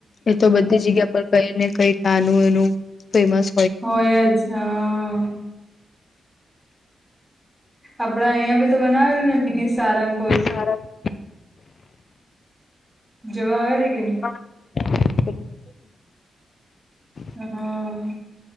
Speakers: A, on the left; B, in the centre.
A: એ તો બધી જગ્યા પર કઈ ને કઈ તાનું એનું ફેમસ
B: હોય જ હા આપડા અહિયાં ભી તો બનાવેલું ને મિની સારંગપુર
A: <inaudible>
B: જોવા આવેલી કેની?
A: <inaudible>
B: હમ